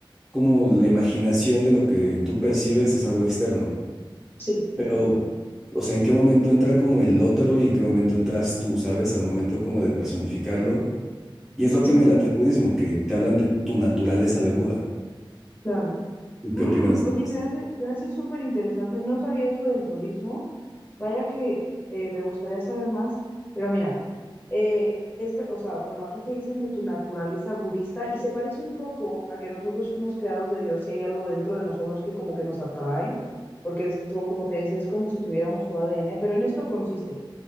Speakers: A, in the centre; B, on the left (about 25°).
A: como la imaginación de lo que tú percibes es algo externo.
B: sí,
A: Pero, o sea, ¿en qué momento entra como el otro y en qué momento entras tú, ¿sabes? Al momento como de personificarlo. Y es lo
B: sí,
A: que me late el budismo, que te hablan de tu naturaleza de Buda.
B: claro.
A: ¿Tú
B: Mm,
A: qué opinas
B: oye,
A: de esto?
B: se me hace, se me hace súper interesante. No sabía eso del budismo. Vaya que eh, me gustaría saber más. Pero mira, eh, es, ve- o sea, bueno, aquí te dicen de tu naturaleza budista y se parece un poco a que nosotros fuimos creados de Dios y hay algo dentro de nosotros que como que nos atrae, porque es to- como te decía, es como si tuviéramos su ADN, pero en esto consiste.